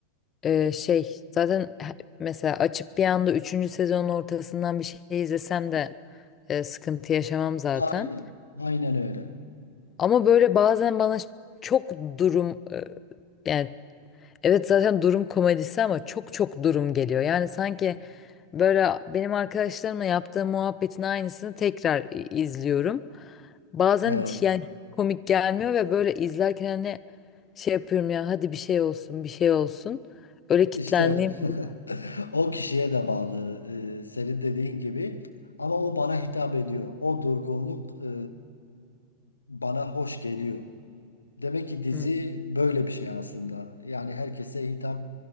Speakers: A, on the left; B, on the left.
A: e, şey zaten he- mesela açıp bir anda üçüncü sezonun ortasından bir şey izlesem de e, sıkıntı yaşamam zaten.
B: Aynen. Aynen öyle.
A: Ama böyle bazen bana çok durum e, yani evet zaten durum komedisi ama çok çok durum geliyor. Yani sanki böyle benim arkadaşlarımla yaptığım muhabbetin aynısını tekrar i- izliyorum. Bazen
B: Evet.
A: hiç yani komik gelmiyor ve böyle izlerken hani şey yapıyorum ya hadi bir şey olsun bir şey olsun. Öyle kitlendiğim
B: İşte
A: oluyor.
B: <laughs> o kişiye de bağlı. Ee, senin dediğin gibi. Ama o bana hitap ediyor. O durgunluk e, bana hoş geliyor. Demek ki dizi
A: Hı.
B: böyle bir şey aslında. Yani herkese hitap